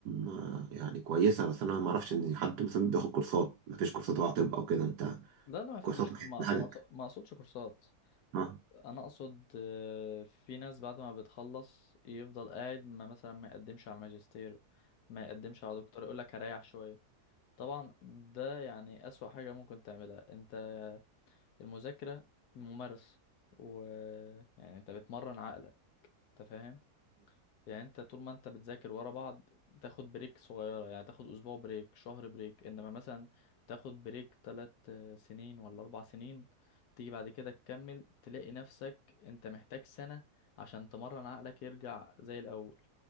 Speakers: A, on the right (about 80°); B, on the left (about 80°).
A: آه، يعني كويسة بس أنا ما أعرفش إن حد مثلا بياخد كورسات ما فيش كورسات تبع طب أو كده أنت
B: لا لا ما في
A: كورساتك
B: مش ما
A: حاجة
B: ما أقص- ما اقصدش كورسات
A: اه
B: انا اقصد آه، في ناس بعد ما بتخلص يفضل قاعد ما مثلا ما يقدمش على الماجستير ما يقدمش على دكتور يقول لك هريح شويه طبعا ده يعني أسوأ حاجة ممكن تعملها انت المذاكرة ممارسة و يعني انت بتمرن عقلك انت فاهم يعني انت طول ما انت بتذاكر ورا بعض تاخد بريك صغيرة يعني تاخد اسبوع بريك شهر بريك انما مثلا تاخد بريك تلات سنين ولا اربع سنين تيجي بعد كده تكمل تلاقي نفسك انت محتاج سنة عشان تمرن عقلك يرجع زي الاول